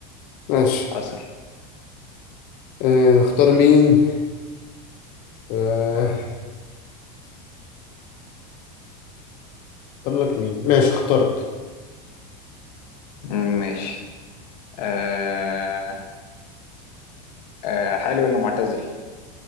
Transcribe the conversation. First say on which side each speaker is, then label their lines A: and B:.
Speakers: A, on the left; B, on the left.
A: ماشي
B: <laughs> حصل
A: آه، نختار مين؟ آه، اختار لك مين ماشي اخترت
B: ماشي آه آه حالي ولا معتزل